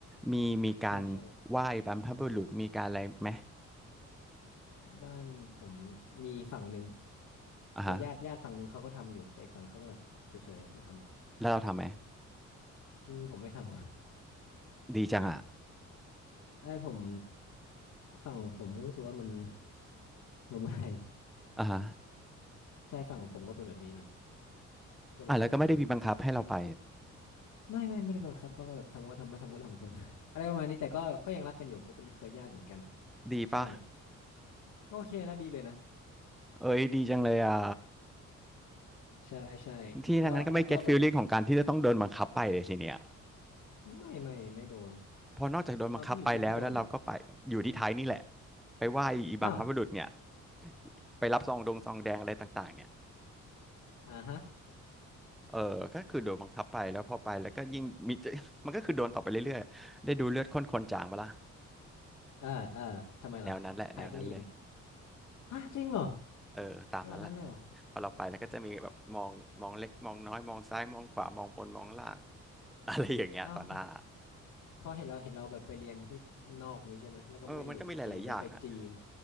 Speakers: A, in the centre; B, on the left.
A: มีมีการไหว้บรรพบุรุษมีการอะไรไหม
B: ใช่ใช่บ้านผมมีฝั่งหนึ่ง
A: อ่ะฮะ
B: เคยญาติญาติฝั่งหนึ่งเขาก็ทำอยู่แต่อีกฝั่งเขาก็แบบเฉยๆอะไม่ทำอะ
A: แล้วเราทำไหม
B: อืมผมไม่ทำ
A: ดีจังอ่ะ
B: <laughs> เอ้ยผมฝั่งผมรู้สึกว่ามันงมงาย
A: อ่ะฮะ
B: <laughs> ใช่ฝั่งผมก็เป็นแบบนี้หน่อยก็เลยแบบไม่ทำ
A: อ่ะแล้วก็ไม่ได้มีบังคับให้เราไป
B: ไม่ไม่ไม่ได้บังคับเขาก็แบบทำก็ทำไม่ทำก็เรื่องของคุณ <laughs> อะไรประมาณนี้แต่ก็ก็ยังรักกันอยู่ก็เป็นเคยญาติเหมือนกัน
A: ดีปะ
B: ใช่ก็โอเคนะดีเลยนะ
A: เอ้ยดีจังเลยอ่ะ
B: ใช่ใช่
A: ที่ทางนั้นก็ไม่เก็ตฟีลลิ่งของการที่จะต้องโดนบังคับไปเลยสิเนี่ย
B: แล้วแล้วก็แบบไม่ไม่ไม่โดน
A: พอนอกจากโดนบังคับไปแล้วแล้วเราก็ไปอยู่ที่ไทยนี่แหละ
B: ตอนพี่อยู่จีนพี่โดนเหรอ
A: ไปไหว้อีบัมพบุรุษเนี่ย
B: อ้าว
A: ไปรับซองดงซองแดงอะไรต่างๆเนี่ย
B: อ่าฮะ
A: เออก็คือโดนบังคับไปแล้วพอไปแล้วก็ยิ่งมี <laughs> มันก็คือโดนต่อไปเรื่อยๆได้ดูเลือดข้นคนจางมาล่ะ
B: เออเออทำไมล่ะถ่ายที่นี่นี่
A: แนวนั้นแหละแนวนั้นเลย
B: <gasps> ฮะจริงเหรอ
A: เออตามนั้นแหละ
B: ขนาดนั้นเลยเหรอ
A: พอเราไปแล้วก็จะมีแบบมองมองเล็ก มองน้อยมองซ้ายมองขวามองบนมองล่าง <laughs> อะไรอย่างเงี้ยต่อหน้า
B: อ้าว เพราะเห็นเราเห็นเราแบบไปเรียนที่นอกนี้ใช่ไหมแล้วก็ไม่อยู่กับจีนไม่ไปจีน
A: เออมันก็มีหลายๆอย่างอะ